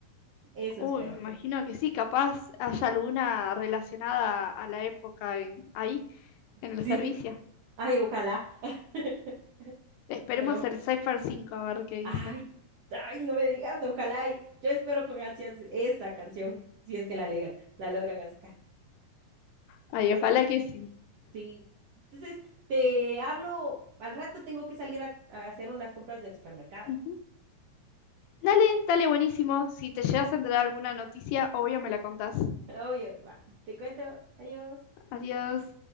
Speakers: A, on the right; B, on the left.
A: eso
B: Uy,
A: espero,
B: me imagino que sí, capaz haya alguna relacionada a la época en, ahí,
A: <laughs>
B: en el
A: sí,
B: servicio.
A: ay, ojalá, <laughs>
B: Esperemos
A: pero...
B: el Cypher cinco a ver qué dicen.
A: Ay, ay, no me digas, ojalá y yo espero con ansias esa canción, si es que la alegra, la logran sacar.
B: Ay,
A: Pero
B: ojalá
A: bueno,
B: que sí.
A: sí. Entonces, te hablo, al rato tengo que salir a, a hacer unas compras del supermercado.
B: Ujú. Dale, dale, buenísimo. Si te llegas a enterar alguna noticia, obvio me la contás.
A: <laughs> Oye, va, te cuento, adiós.
B: Adiós.